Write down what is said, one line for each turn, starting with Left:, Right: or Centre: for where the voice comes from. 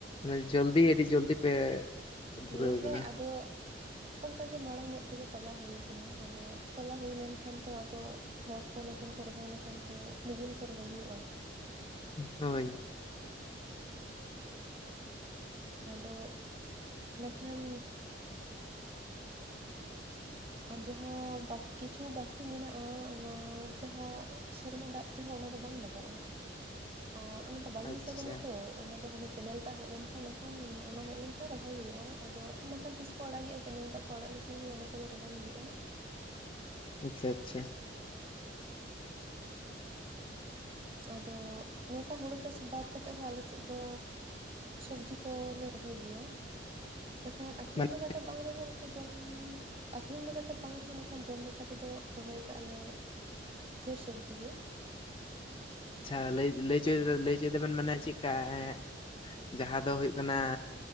Left: ᱚᱱᱮ ᱡᱚᱞᱫᱤ ᱟᱹᱰᱤ ᱡᱚᱞᱫᱤ ᱯᱮ ᱫᱷᱩᱨᱟᱹᱣ
Right: ᱫᱤᱭᱮ ᱦᱮᱸ
Left: ᱠᱟᱱᱟ
Right: ᱟᱫᱚ ᱚᱱᱠᱟᱟᱜᱮ ᱢᱟᱲᱟᱝ ᱧᱚᱜ ᱛᱮᱜᱮ ᱛᱚᱞᱟ ᱦᱩᱭ ᱠᱟᱱᱟ, ᱟᱫᱚ ᱛᱚᱞᱟ ᱦᱩᱭ ᱞᱮᱱᱠᱷᱟᱱ ᱛᱚ ᱟᱫᱚ ᱦᱚᱲ ᱠᱚ ᱱᱟᱠᱷᱟᱱ ᱠᱚ ᱨᱚᱦᱚᱭ ᱞᱮᱠᱷᱟᱱ ᱛᱚ ᱱᱤᱡᱮ ᱦᱚᱸᱛᱚ ᱨᱚᱦᱚᱭ ᱦᱩᱭᱩᱜᱼᱟ᱾
Left: ᱦᱳᱭ᱾
Right: ᱟᱫᱚ ᱵᱟᱠᱷᱟᱱ ᱟᱨ ᱡᱟᱦᱟᱸ ᱵᱟ ᱠᱤᱪᱷᱩ ᱵᱟᱠᱤ ᱢᱮᱱᱟᱜᱼᱟ ᱚᱱᱟ ᱡᱟᱦᱟᱸ ᱥᱮᱨᱢᱟ ᱫᱟᱜ ᱛᱮᱦᱚᱸ ᱚᱱᱟ ᱫᱚ ᱵᱟᱝ ᱫᱟᱜᱚᱜᱼᱟ ᱟᱨ ᱚᱱᱟ ᱫᱚ ᱵᱟᱞᱤ
Left: ᱟᱪᱪᱷᱟ
Right: ᱦᱤᱥᱟ ᱠᱟᱱᱟ ᱛᱚ, ᱚᱱᱟ ᱫᱚ ᱦᱟᱸᱱᱮ ᱠᱮᱱᱮᱞ ᱫᱟᱜ ᱦᱮᱡ ᱞᱮᱱᱠᱷᱟᱱ ᱟᱠᱷᱟᱱ ᱚᱱᱟ ᱦᱮᱡ ᱞᱮᱱᱠᱷᱟᱱ ᱨᱚᱦᱚᱭ ᱦᱩᱭᱩᱜᱼᱟ ᱟᱫᱚ ᱱᱟᱠᱷᱟᱱ ᱛᱤᱥ ᱠᱚ ᱟᱲᱟᱜᱮᱜᱼᱟ ᱠᱮᱱᱮᱞ ᱫᱟᱜ ᱠᱚ ᱟᱲᱟᱜ ᱞᱮᱠᱷᱟᱱ ᱜᱮ ᱚᱱᱟ ᱠᱚᱫᱚ ᱨᱚᱦᱚᱭ ᱦᱩᱭᱩᱜᱼᱟ᱾
Left: ᱟᱪᱪᱷᱟ ᱟᱪᱪᱷᱟ᱾
Right: ᱟᱫᱚ ᱱᱚᱝᱠᱟ ᱦᱩᱲᱩ ᱪᱟᱥ ᱵᱟᱫ ᱠᱟᱛᱮᱦᱚ ᱦᱚᱸ ᱟᱞᱮᱥᱮᱫ ᱫᱚ ᱥᱚᱵᱡᱤ ᱠᱚᱞᱮ ᱨᱚᱦᱚᱭ ᱜᱮᱭᱟ, ᱮᱠᱷᱟᱱ ᱟᱠᱷᱨᱤᱧ
Left: ᱢᱟᱱᱮ
Right: ᱞᱮᱠᱟᱛᱮ ᱵᱟᱝ ᱨᱚᱦᱚ <inaudible> ᱡᱚᱢ ᱟᱹᱠᱷᱨᱤᱧ ᱞᱮᱠᱟᱛᱮ ᱵᱟᱝ ᱨᱮᱦᱚᱸ ᱱᱟᱠᱷᱟᱱ ᱡᱚᱢ ᱞᱮᱠᱟ ᱛᱮᱫᱚ ᱨᱚᱦᱚᱭ ᱠᱟᱜᱼᱟ ᱞᱮ ᱛᱷᱮᱨ ᱥᱚᱵᱽᱡᱤ ᱜᱮ
Left: ᱟᱪᱷᱟ ᱞᱟᱹᱭ-ᱞᱟᱹᱭ ᱦᱚᱪᱚᱭ ᱫᱟᱵᱮᱱ ᱢᱟᱱᱮ ᱪᱮᱫᱠᱟ ᱦᱮᱸ ᱡᱟᱦᱟᱸ ᱫᱚ ᱦᱩᱭᱩᱜ ᱠᱟᱱᱟ